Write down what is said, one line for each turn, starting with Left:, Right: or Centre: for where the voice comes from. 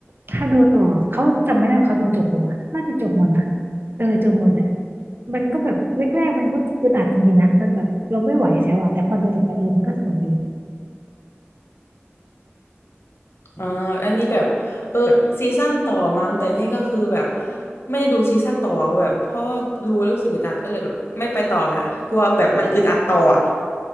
Right: ถ้าดูต่อเขาจำไม่ได้ว่าเขาดูจบปะวะน่าจะจบหมดนะเออจบหมดแหละมันก็แบบแรกๆมันก็อึดอัดจริงๆนะมันแบบเราไม่ไหวแล้วอะแต่พอดูต่อไปเออมันก็สนุกดี
Left: อ่าอันนี้แบบเออแบบซีซั่นต่อมั้งแต่นี่ก็คือแบบไม่ได้ดูซีซั่นต่อแบบเพราะดูแล้วรู้สึกอึดอัดก็เลยแบบไม่ไปต่อละกลัวแบบมันอึดอัดต่ออ่ะ